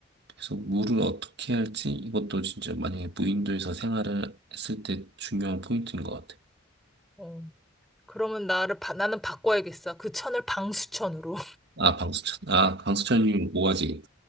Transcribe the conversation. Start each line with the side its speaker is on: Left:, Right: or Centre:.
Right: 그래서 물을 어떻게 할지 이것도 진짜 만약에 무인도에서 생활을 했을 때 중요한 포인트인 것 같아.
Centre: 어. 그러면 나를, 바, 나는 바꿔야겠어. 그 천을 방수천으로.
Right: 아 방수천 아 방수천이 모아지.